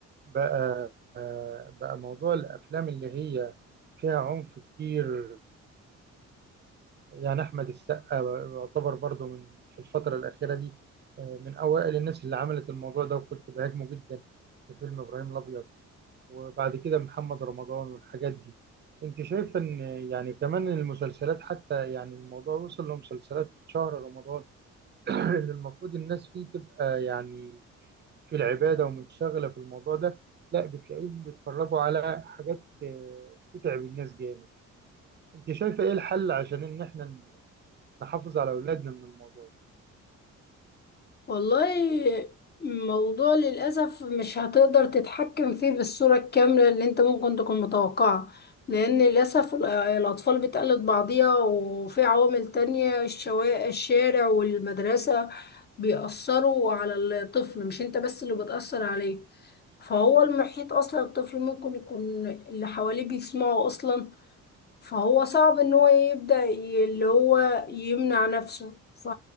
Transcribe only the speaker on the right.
بقى آه بقى موضوع الافلام اللي هي فيها عنف كتير يعني احمد السقا يعتبر برضو من في الفتره الاخيره دي آه من اوائل الناس اللي عملت الموضوع ده وكنت بهاجمه جدا في فيلم ابراهيم الابيض وبعد كده محمد رمضان والحاجات دي انت شايف ان يعني كمان المسلسلات حتى يعني الموضوع وصل لمسلسلات شهر رمضان <clears throat> اللي المفروض الناس فيه تبقى يعني في العبادة ومنشغلة في الموضوع ده لا بتلاقيهم بيتفرجوا على حاجات آه، تتعب الناس جامد انت شايفة ايه الحل عشان ان احنا نحافظ على اولادنا من الموضوع ده؟